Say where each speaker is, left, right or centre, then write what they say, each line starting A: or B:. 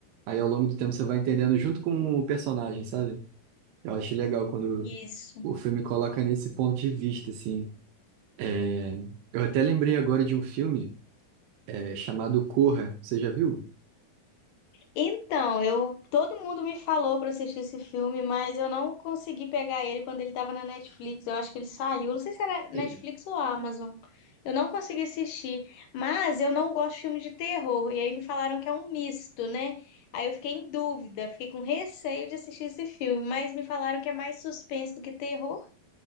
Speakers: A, on the right; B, on the left.
A: aí ao longo do tempo você vai entendendo junto com o personagem, sabe? Eu acho legal quando
B: Isso.
A: o filme coloca nesse ponto de vista assim. É, Eu até lembrei agora de um filme é, chamado Corra. Você já viu?
B: Então, eu todo mundo me falou pra assistir esse filme, mas eu não consegui pegar ele quando ele tava na Netflix. Eu acho que ele saiu, não sei se era Netflix
A: Sim.
B: ou Amazon. Eu não consegui assistir, mas eu não gosto de filme de terror. E aí me falaram que é um misto, né? Aí eu fiquei em dúvida, fiquei com receio de assistir esse filme, mas me falaram que é mais suspense do que terror.